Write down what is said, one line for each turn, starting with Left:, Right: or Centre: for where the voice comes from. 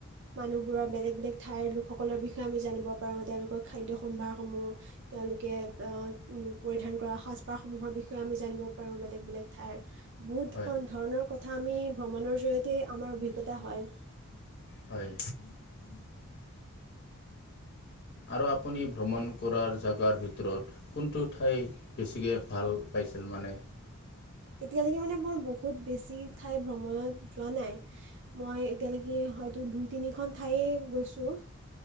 Right: মানুহবোৰৰ বেলেগ বেলেগ ঠাইৰ লোকসকলৰ বিষয়ে আমি জানিব পাৰোঁ তেওঁলোকৰ খাদ্য সম্ভাৰসমূহ তেওঁলোক কে এই উম পৰিধান কৰা সাজপাৰসমূহৰ বিষয়ে আমি জানিব পাৰোঁ বেলেগ বেলেগ ঠাইৰ বহুত
Left: হয়
Right: ধৰণৰ কথা আমি ভ্ৰমণৰ জৰিয়তে আমাৰ অভিজ্ঞতা হয়।
Left: হয় আৰু আপুনি ভ্ৰমণ কৰাৰ জেগাত ভিতৰত কোনটো বেছিকে ভাল পাই। কিছুমানে
Right: এতিয়ালৈকে মানে মই বহুত বেছি ঠাই ভ্ৰমণত যোৱা নাই। মই এতিয়ালৈকে হয়তো দুই তিনিখন ঠায়েই গৈছোঁ।